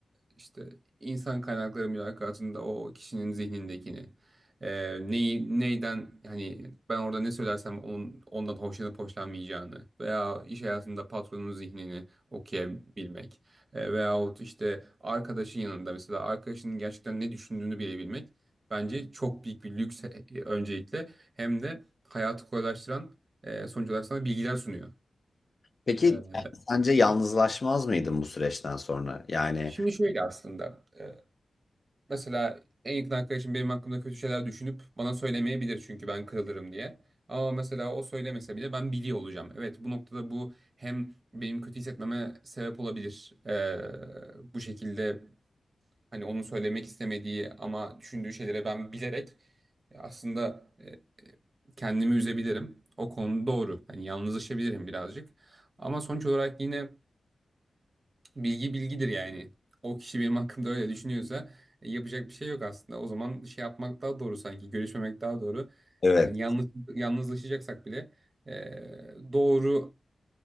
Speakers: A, on the right; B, on the left.
A: işte insan kaynakları mülakatında o kişinin zihnindekini e, neyi neyden hani ben orada ne söylersem onun, ondan hoşlanıp hoşlanmayacağını veya iş hayatında patronun zihnini okuyabilmek e, veyahut işte arkadaşın yanında mesela arkadaşının gerçekten ne düşündüğünü bilebilmek bence çok büyük bir lüks e, e, öncelikle hem de hayatı kolaylaştıran e, sonuç olarak sana bilgiler sunuyor.
B: Peki
A: E,
B: yani sence yalnızlaşmaz mıydın bu süreçten sonra? Yani
A: şimdi şöyle aslında e, mesela en yakın arkadaşım benim hakkımda kötü şeyler düşünüp bana söylemeyebilir çünkü ben kırılırım diye. Ama mesela o söylemese bile ben biliyor olacağım. Evet bu noktada bu hem benim kötü hissetmeme sebep olabilir. E, bu şekilde Hani onun söylemek istemediği ama düşündüğü şeylere ben bilerek e, aslında e, e, kendimi üzebilirim. O konu doğru. Hani yalnızlaşabilirim birazcık. Ama sonuç olarak yine bilgi bilgidir yani. O kişi benim hakkımda öyle düşünüyorsa e, yapacak bir şey yok aslında. O zaman şey yapmak daha doğru sanki. Görüşmemek daha doğru.
B: Evet.
A: Yani yalnız, yalnızlaşacaksak bile e, doğru